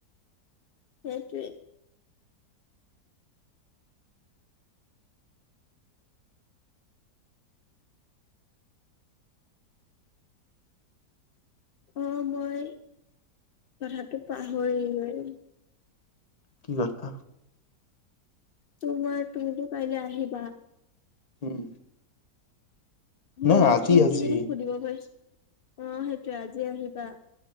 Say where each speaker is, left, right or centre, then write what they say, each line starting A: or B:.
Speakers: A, on the left (about 65°); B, on the left (about 30°).
A: সেইটোৱে। অ' মই কথাটো পাহৰিলোৱে।
B: কিবা কথা?
A: তোমাৰ তুমিতো কাইলৈ আহিবা।
B: উম।
A: মোৰ
B: নহয় আজি
A: ভন্টিজনীক
B: আজি,
A: সুধিব পাৰিছ- অ' সেইটোৱে আজি আহিবা।